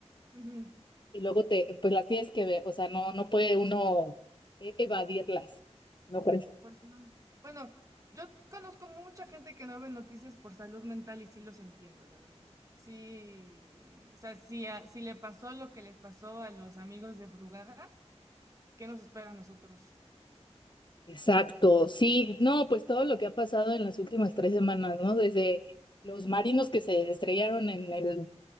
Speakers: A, on the right (about 30°); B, on the left (about 45°).
A: Ujú,
B: y luego te, pues las tienes que ver, o sea, no, no puede uno e- evadirlas, ¿no crees?
A: Pues no. Bueno, yo conozco mucha gente que no ve noticias por salud mental y sí los entiendo, la verdad. Sí, o sea, si, a- si le pasó lo que les pasó a los amigos de Brugada, ¿qué nos espera a nosotros?
B: Exacto, sí, no, pues todo lo que ha pasado en las últimas tres semanas, ¿no? Desde los marinos que se estrellaron en el,